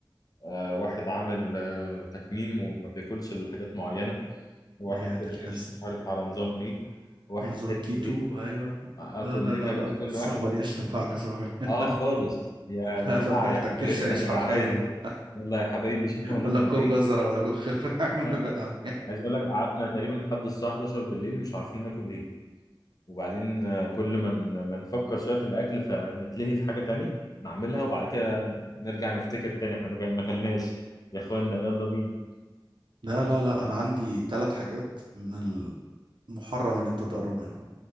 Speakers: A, on the left; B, on the right.
A: آه، واحد عامل آه، تكميم وما بياكلش إلا حاجات معينة وواحد
B: يا ده
A: تاني
B: الحزن
A: مش مش عارف على نظام إيه واحد
B: نظام
A: تالت
B: الكيتو
A: إيه
B: أيوه
A: آه،
B: لا
A: آه، كلنا
B: لا لا لا
A: بقى
B: لا،
A: كل
B: الصحبة
A: واحد
B: دي مش تنفعك يا صاحبي <laughs>
A: آه خالص يا جماعة
B: لا لا ما
A: يا
B: تاكلش
A: حبايبنا
B: عيش
A: أنا
B: حرفيا
A: جعان يلا يا حبايبي شوفوا هناكل
B: ولا كل
A: إيه
B: جزرة ولا كل خيار <laughs>
A: <laughs> آه،
B: ابعد عنها.
A: عايز اقول لك قعدنا تقريبا لحد الساعه 11 بالليل مش عارفين ناكل ايه وبعدين آه، كل ما ن- ما نفكر شويه في الاكل فنتلهي في حاجه تانية نعملها وبعد كده نرجع نفتكر تاني احنا ما جا- ما اكلناش يا اخوانا يلا بينا
B: لا لا لا انا عندي ثلاث حاجات من محرم ان انت تقرب منهم